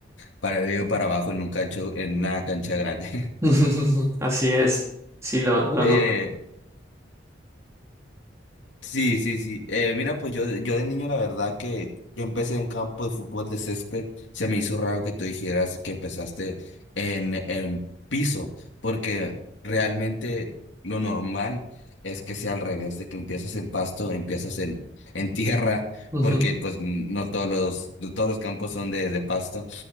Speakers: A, on the left; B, on the right.
A: para arriba y para abajo en un cancho, en una cancha grande.
B: <laughs> Así es, sí lo, lo
A: <laughs> Eh,
B: noto.
A: Sí, sí, sí. Eh, mira, pues yo, yo de niño, la verdad que yo empecé en campo de fútbol de césped. Se me hizo raro que tú dijeras que empezaste en, en piso, porque realmente lo normal es que sea al revés, de que empieces en pasto, empiezas en, en tierra,
B: <laughs>
A: porque pues n- no todos los, no todos los campos son de, de pasto.